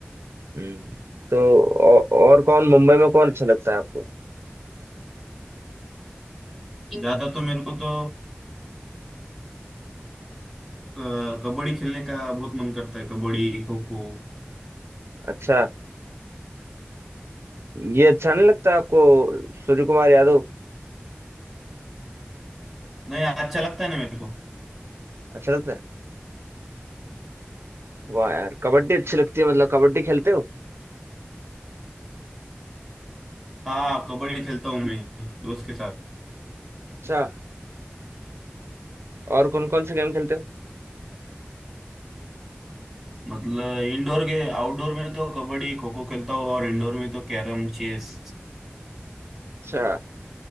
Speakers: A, on the right; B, in the centre.
A: हम्म। तो औ, और कौन मुंबई में कौन अच्छा लगता है आपको
B: ज्यादा तो मेरे को तो अ, कबड्डी खेलने का बहुत मन करता है कबड्डी खो खो
A: अच्छा ये अच्छा नहीं लगता आपको सूर्य कुमार यादव
B: नहीं अच्छा लगता है ना मेरे को
A: अच्छा लगता है वाह यार कबड्डी अच्छी लगती है मतलब कबड्डी खेलते हो
B: हाँ कबड्डी खेलता हूँ मैं दोस्त के साथ
A: अच्छा और कौन कौन से गेम खेलते हो
B: मतलब इंडोर के आउटडोर में तो कबड्डी खो खो खेलता हूँ और इंडोर में तो कैरम चेस
A: अच्छा